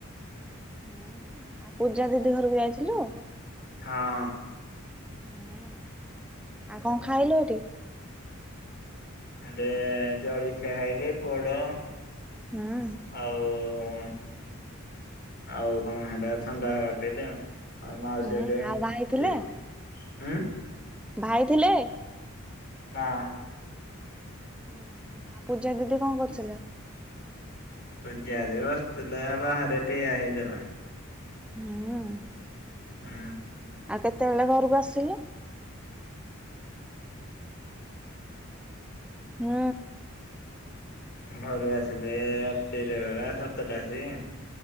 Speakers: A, in the centre; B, on the left.
A: ହୁଁ। ଆଉ ପୂଜା ଦିଦି ଘରକୁ ଯାଇଥିଲୁ?
B: ହଁ।
A: ହୁଁ। ଆଉ କଣ ଖାଇଲୁ ହେଟି?
B: ହେଣ୍ଡେ ଜଳ ଖିଆ ଖାଇଲି। ପୋଡ଼। ଆଉ
A: ହୁଁ
B: ଆଉ କଣ ହାଣ୍ଡା ଥଣ୍ଡା ପିଇଲି ଆଉ। ଆଉ ମାଉସି
A: ହୁଁ
B: ଘରଟିକେ,
A: ଆଉ ଭାଇ ଥିଲେ
B: ଉଁ?
A: ଭାଇ ଥିଲେ?
B: ନାଁ।
A: ହୁଁ ହୁଁ। ଆଉ ପୂଜା ଦିଦି କଣ କରୁଥିଲେ?
B: ପୂଜା ଦିଦି ବସ୍ତିଥିଲେ। ବାହାରେ ଠିଆ ହେଇଥିଲା।
A: ହୁଁ।
B: ହୁଁ।
A: ଆଉ କେତେବେଳେ ଘରକୁ ଆସିଲୁ? ହୁଁ।
B: ଘରୁ ଆସିଲି ରାତିରେ ପରା ସାତଟା ଆସିକି।